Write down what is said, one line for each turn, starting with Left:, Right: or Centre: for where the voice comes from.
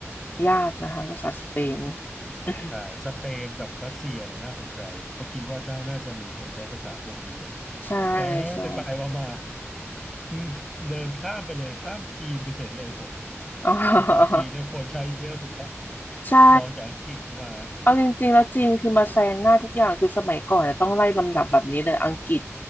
Left: ยากนะคะภาษาสเปน <laughs>
Centre: ใช่สเปนกับรัสเซียเนี่ยน่าสนใจเพราะคิดว่าจะน่าจะมีคนใช้ภาษาพวกเนี้ยเยอะ
Left: ใช่
Centre: แต่ไปไปมามา
Left: ใช่
Centre: อืมเดินข้ามไปเลยข้ามจีนไปเฉยเลยผม
Left: อ๋อ
Centre: ภาษาจีนเนี่ยคนใช้เยอะสุดแล้ว
Left: <laughs> ใช่
Centre: รองจากอังกฤษมา
Left: เอาจริงๆแล้วจีนคือมาแซงหน้าทุกอย่างคือสมัยก่อนเนี่ยต้องไล่ลำดับแบบนี้เลยอังกฤษ